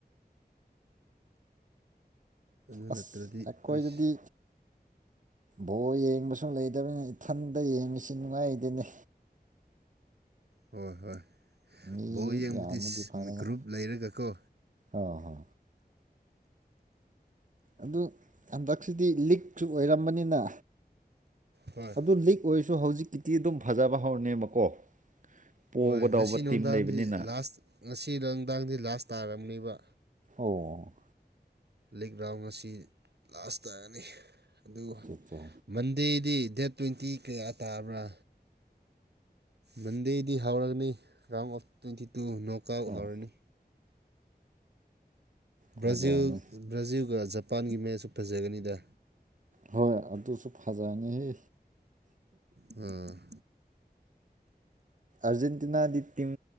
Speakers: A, on the right; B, on the right.
A: ꯑꯗꯨ
B: ꯑꯁ
A: ꯅꯠꯇ꯭ꯔꯗꯤ
B: ꯑꯩꯈꯣꯏꯗꯗꯤ
A: ꯑꯩꯁ
B: ꯕꯣꯜ ꯌꯦꯡꯕꯁꯨ ꯂꯩꯇꯕꯅꯤꯅ ꯏꯊꯟꯇ ꯌꯦꯡꯉꯤꯁꯤ ꯅꯨꯡꯉꯥꯏꯗꯦꯅꯦ
A: ꯍꯣꯏ ꯍꯣꯏ
B: ꯃꯤ
A: ꯕꯣꯜ ꯌꯦꯡꯕꯗꯤ
B: ꯌꯥꯝꯃꯗꯤ ꯐꯅꯕ
A: ꯒ꯭ꯔꯨꯞ ꯂꯩꯔꯒꯀꯣ
B: ꯑꯣ ꯍꯣ ꯑꯗꯨ ꯍꯟꯗꯛꯁꯤꯗꯤ ꯂꯤꯛꯁꯨ ꯑꯣꯏꯔꯝꯕꯅꯤꯅ
A: ꯍꯣꯏ
B: ꯑꯗꯨ ꯂꯤꯛ ꯑꯣꯏꯔꯁꯨ ꯍꯧꯖꯤꯛꯀꯤꯗꯤ ꯑꯗꯨꯝ ꯐꯖꯕ ꯍꯧꯔꯅꯦꯕꯀꯣ ꯄꯣꯒꯗꯧꯕ
A: ꯍꯣꯏ ꯉꯁꯤ ꯅꯨꯡꯗꯥꯡꯗꯤ
B: ꯇꯤꯝ ꯂꯩꯕꯅꯤꯅ
A: ꯂꯥꯁ ꯉꯁꯤ ꯅꯨꯡꯗꯥꯡꯗꯤ ꯂꯥꯁ ꯇꯥꯔꯝꯅꯤꯕ
B: ꯑꯣ
A: ꯂꯤꯛ ꯔꯒ꯭ꯔꯥꯎꯟ ꯑꯁꯤ ꯂꯥꯁ ꯇꯥꫪꯅꯤ ꯑꯗꯨ
B: ꯑꯆꯥ
A: ꯃꯟꯗꯦꯗꯤ ꯗꯦꯠ ꯇ꯭ꯋꯦꯟꯇꯤ ꯀꯌꯥ ꯇꯥꯕ꯭ꯔꯥ ꯃꯟꯗꯦꯗꯤ ꯍꯧꯔꯅꯤ round of twenty two knockout
B: ꯑꯣ
A: ꯍꯧꯔꯅꯤ
B: ꯐꯖꯔꯅꯤ
A: ꯕ꯭ꯔꯖꯤꯜ ꯕ꯭ꯔꯖꯤꯜꯒ ꯖꯄꯥꯟꯒꯤ ꯃꯦꯠꯆꯁꯨ ꯐꯖꯒꯅꯤꯗ
B: ꯍꯣꯏ ꯑꯗꯨꯁꯨ ꯐꯖꯅꯤ ꯍꯦ
A: ꯎꯝ
B: ꯑꯥꯔꯖꯦꯟꯇꯤꯅꯥꯗꯤ ꯇꯤꯝ